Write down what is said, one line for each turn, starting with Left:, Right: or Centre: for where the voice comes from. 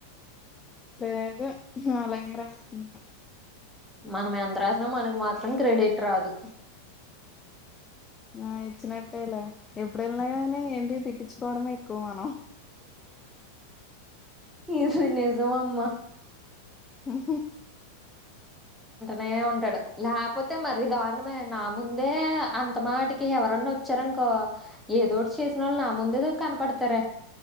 Left: లేదు అలాగే రాస్తున్న
Centre: మనం ఎంత్రాసినా మనకు మాత్రం క్రెడిట్ రాదు
Left: ఆ ఇచ్చినట్టేలే ఎప్పుడన్నగా ఏంటి తిట్టిచ్చుకోవడమే ఎక్కువ మనం
Centre: ఇది నిజము అమ్మ
Left: ఉహు
Centre: నే ఉంటాడు లాపోతే మరి దారుణమే నా ముందే అంత మాటికి ఎవరన్నా వచ్చారను ఏదోటి చేసిన వాళ్ళు నా ముందే కనపడతారే